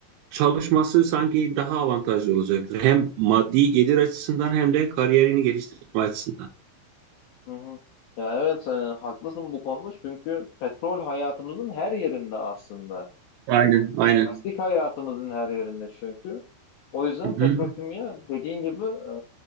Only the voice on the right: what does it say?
çalışması sanki daha avantajlı olacaktır. Hem maddi gelir açısından hem de kariyerini geliştirme açısından.
Aynen, aynen.
Hı hı.